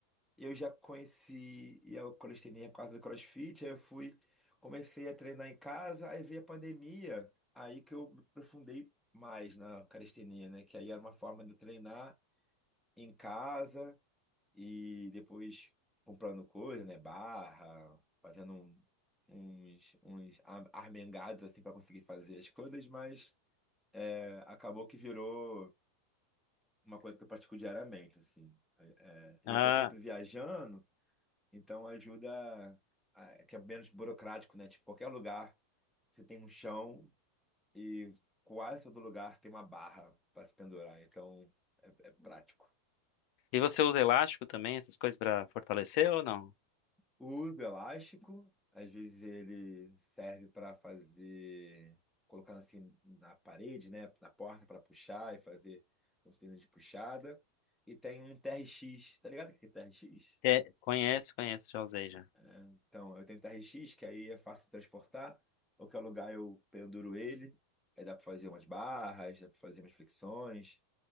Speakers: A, in the centre; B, on the left.
A: E eu já conheci e a calistenia por causa do CrossFit, aí eu fui, comecei a treinar em casa, aí veio a pandemia, aí que eu me aprofundei mais na calistenia, né? Que aí era uma forma de eu treinar em casa. E depois comprando coisa, né? Barra, fazendo um- uns, uns ar- armengados assim para conseguir fazer as coisas, mas é, acabou que virou uma coisa que eu pratico diariamente, assim. É, é, eu
B: Ah,
A: tô sempre viajando, então ajuda a- que é menos burocrático, né? Tipo, qualquer lugar você tem um chão e quase todo lugar tem uma barra para se pendurar, então é é prático.
B: e você usa elástico também, essas coisas pra fortalecer ou não?
A: Uso elástico, às vezes ele serve para fazer, colocar assim na parede, né, na porta para puxar e fazer cortina de puxada. E tem um TRX, tá ligado o que é TRX?
B: É, conheço, conheço, já usei já. <laughs>
A: Então, eu tenho TRX, que aí é fácil de transportar, qualquer lugar eu penduro ele, aí dá para fazer umas barras, dá para fazer umas flexões,